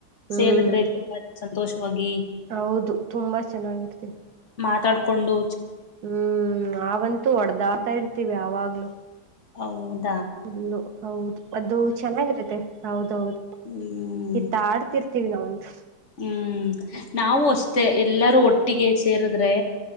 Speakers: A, on the right (about 75°); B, on the left (about 45°).
A: ಹ್ಮ್
B: ಸೇರಿದ್ರೆ ತುಂಬಾ ಸಂತೋಷವಾಗಿ
A: ಹೌದು ತುಂಬಾ ಚೆನ್ನಾಗಿರ್ತೀವಿ
B: ಮಾತಾಡ್ಿಕೊಂಡು
A: ಹ್ಮ್ ಅವಂತೂ ಹೊಡದಾತ ಇರ್ತೀವಿ ಯಾವಾಗ್ಲುೂ
B: ಹೌದು
A: ಇಲ್ಲು ಹೌದು ಅದು ಚೆನ್ನಾಗಿರುತ್ತೆ ಹೌದೌದು
B: ಹ್ಮ್
A: ಗಿತ್ತ ಆಡ್ತಿರ್ತೀವಿ ನಾವಂತ
B: ಹ್ಮ್ ನಾವವು ಅಷ್ಟೇ ಎಲ್ಲರೂ ಒಟ್ಟಿಗೆ ಸೇರದ್ರೆ